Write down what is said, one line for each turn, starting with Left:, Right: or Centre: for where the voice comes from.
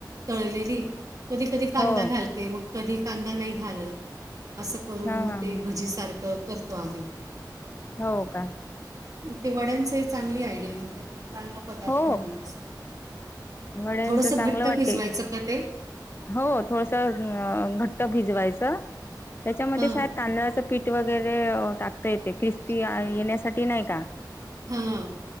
Right: तळलेली. कधी कधी कांदा
Left: हो
Right: घालते मग कधी कांदा नाही घालत असं करून
Left: हा
Right: मग
Left: हा
Right: ते.
Left: ह
Right: सारख करतो आम्ही.
Left: हो का
Right: <inaudible> ते वड्यांच चांगली आयडिया म्हणजे चांगला पदार्थ
Left: हो
Right: होईल अस.
Left: वड्यांचं
Right: थोडसं
Left: चांगलं
Right: घट्ट
Left: वाटते
Right: भिजवायचं का ते.
Left: हो थोडस घट्ट भिजवायचं त्याच्यामध्ये
Right: हां,
Left: शायत तांदळाचं पीठ. वगैरे टाकता येते क्रिस्पी येण्यासाठी नाही का.
Right: हां.